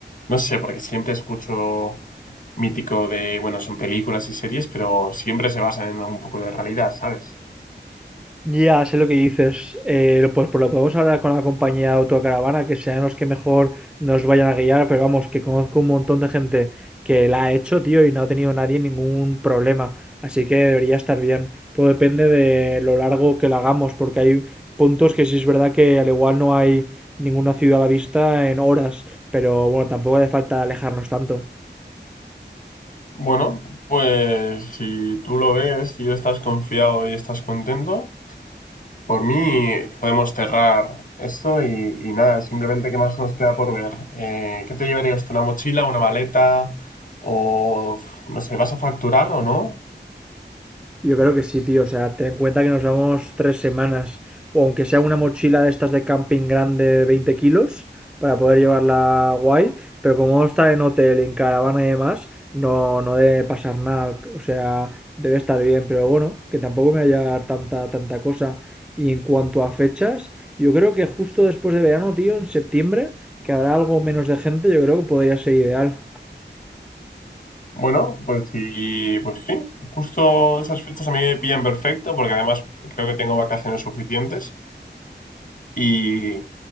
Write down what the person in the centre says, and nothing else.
Ya, sé lo que dices. Eh, pues, por lo podemos hablar con la compañía de autocaravana, que sean los que mejor nos vayan a guiar, pero vamos, que conozco un montón de gente que la ha hecho, tío, y no ha tenido nadie ningún problema. Así que debería estar bien. Todo depende de lo largo que la hagamos, porque hay puntos que sí es verdad que al igual no hay ninguna ciudad a la vista en horas, pero bueno, tampoco hace falta alejarnos tanto.
Yo creo que sí, tío. O sea, ten en cuenta que nos vamos tres semanas. O aunque sea una mochila de estas de camping grande de 20 kilos para poder llevarla guay. Pero como vamos a estar en hotel, en caravana y demás, no, no debe pasar nada. O sea, debe estar bien. Pero bueno, que tampoco me vaya a dar tanta, tanta cosa. Y en cuanto a fechas, yo creo que justo después de verano, tío, en septiembre, que habrá algo menos de gente, yo creo que podría ser ideal.